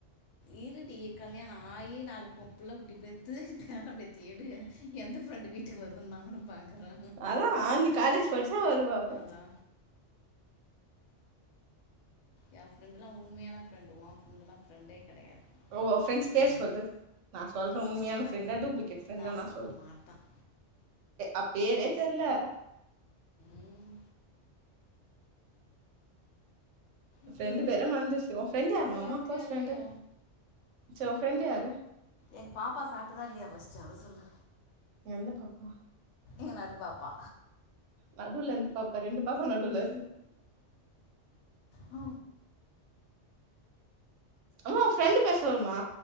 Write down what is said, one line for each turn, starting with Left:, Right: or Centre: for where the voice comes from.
Left: இருடி கல்யாணம் ஆய் நாலு புள்ள குட்டி பெத்து பேரம்பேத்தி எடு எந்த ஃப்ரெண்டு வீட்டுக்கு வருதுன்னு நானும் பாக்குறே
Right: அதா நீ காலேஜ் படிச்சா வருவாங்க
Left: அதா எ ஃப்ரெண்ட் எல்லா உண்மையான ஃப்ரெண்டு் ஒ ஃப்ரெண்ட்லா ஃப்ரெண்ட்டே கிடையாது
Right: ஓ ப்ரெண்ட்ஸ்
Left: சரியா
Right: பேர் சொல்லு நா சொல்றேன்
Left: சொல்ல
Right: உண்மையான
Left: மாட்டேன்
Right: ஃப்ரெண்டா டூப்ளிகேட் ஃப்ரெண்டா
Left: நான்
Right: நா
Left: சொல்ல
Right: சொல்றேன்
Left: மாட்டேன்
Right: அப் பேரே தெர்ல
Left: ம் அப்புறம்
Right: ஃப்ரெண்டு பேர மறந்துச்சு உ ஃப்ரெண்டு் யாரும்மா
Left: சாட்டியா
Right: க்ளோஸ்
Left: இல்லையா
Right: ஃப்ரெண்டு சோ உன் ஃப்ரெண்டு யாரு
Left: எங்க பாப்பா சாப்பட்டுதா இல்லையா ஃபர்ஸ்ட் அத சொல்லு
Right: எந்த பாப்பா
Left: எ நடுப்பாப்பா
Right: நடுல எந்த பாப்பா ரெண்டு பாப்பா நடுல
Left: ஆ
Right: ஆமா ஃப்ரெண்டு் பேசுறாங்கமா